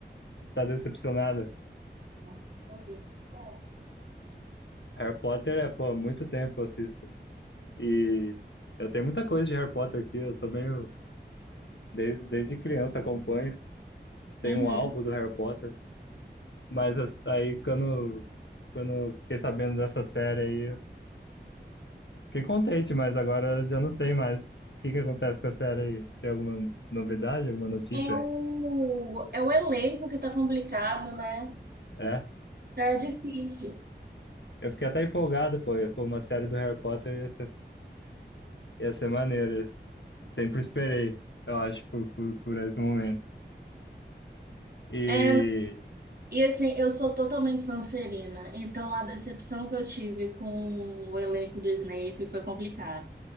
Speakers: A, on the left; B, on the right.
A: tá decepcionada?
B: verdade.
A: Harry Potter é, pô, há muito tempo eu assisto. E eu tenho muita coisa de Harry Potter aqui, eu também, desde, desde criança acompanho. Tem
B: Uhum.
A: um álbum do Harry Potter. Mas aí, quando, quando eu fiquei sabendo dessa série aí, Fiquei contente, mas agora já não sei mais. O que que acontece com a série aí? Tem alguma novidade, alguma notícia?
B: É o, é o elenco que tá complicado, né?
A: É?
B: Tá difícil.
A: Eu fiquei até empolgado, pô. Ia- Pô, uma série do Harry Potter ia ser, ia ser maneira. Sempre esperei, eu acho, por, por, por esse momento. E.
B: É, e assim, eu sou totalmente Sonserina, então a decepção que eu tive com o elenco do Snape foi complicado.